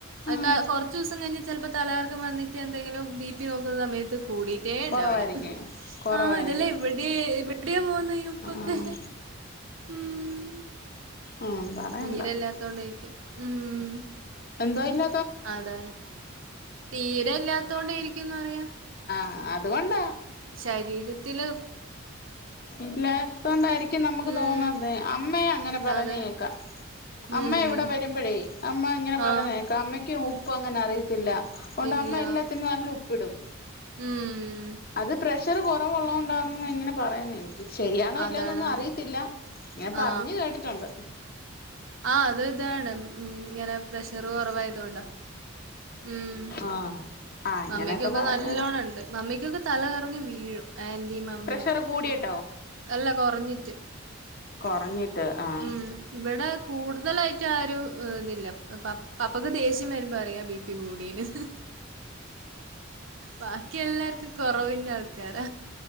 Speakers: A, on the right; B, on the left.
A: അത്
B: ഉം
A: കുറച്ച് ദിവസം കഴിഞ്ഞൽ ചി പ്പ തലകർക്കം വന്നിട്ട് എന്തെങ്കിലും ബി പി നോക്കുന്ന സമയത്ത് കൂടിട്ടേ ഉണ്ടാവല
B: കൊറവായിരിക്കും കൊറവായിരിക്കും
A: ആ ഇതല്ല ഇവിടെ ഇവിടെ പോ പ്പൊക്ക
B: ആഹ്
A: ഉം.
B: ഉം പറയണ്ട
A: തീരെല്ലാത്തോണ്ടേരിക്കും ഉം.
B: എന്ത ഇല്ല
A: അതാണ് തീരെ ഇല്ലാത്തോണ്ടെരിക്കുംന്ന് പറയ.
B: ആ അതുകൊണ്ടാ.
A: ശരീരത്തില്
B: ഇല്ലാത്തൊണ്ടായിരിക്കും നമുക്ക്
A: ഉം
B: തോന്നുന്നത് അമ്മേ അങ്ങനെ പറയുന്ന
A: അതെ
B: കേക്കാ
A: ഉം
B: അമ്മ ഇവിടെ വരുമ്പഴേ അമ്മ ങ്ങനെ പറയ്ന്ന
A: ആ
B: കേക്ക അമ്മയ്ക്കും ഉപ്പ് അങ്ങനെ അറിയത്തില്ല. ഒണ്ട്
A: ഇല്ല
B: അമ്മ എല്ലത്തിനും നല്ല ഉപ്പിടും.
A: ഉം
B: അത് പ്രശ് ഷർ കൊറവുള്ളോണ്ടാന്നോ ഇങ്ങനെ പറയുന്നെ ശരിയാണോ ഇല്ലേ
A: അതാണ്
B: ന്നൊന്നും അറിയത്തില്ല ഇങ്ങനെ
A: ആ
B: പറഞ്ഞു കേട്ടിട്ടുണ്ട്.
A: ആ അത് ഇതാണ് ങ്ങനെ പ്രഷർ കൊറവായതോണ്ടാ. ഉം
B: ആഹ് ആഹ് ഇങ്ങനെയൊക്കെ
A: മമ്മിക്കൊക്കെ
B: പറഞ്ഞ്
A: നല്ലോണം ണ്ട് മമ്മിക്കൊക്കെ തല കറങ്ങി വീഴും. ആന്റി മമ്മി
B: പ്രഷർ
A: ഒക്കെ
B: കൂടിയിട്ടോ
A: അല്ല കൊറഞ്ഞിട്ട്.
B: കൊറഞ്ഞിട്ട് ആഹ്
A: ഉം ഇവിടെ കൂടുതലായിട്ട് ആ ഒരു ഇതില്ല പപ്പക്ക് ദേഷ്യം വരുമ്പോ അറിയാം ബി പി കൂടീന്ന് ബാക്കി എല്ലാർക്കും കൊറവിന്റെ ആൾക്കാരാ.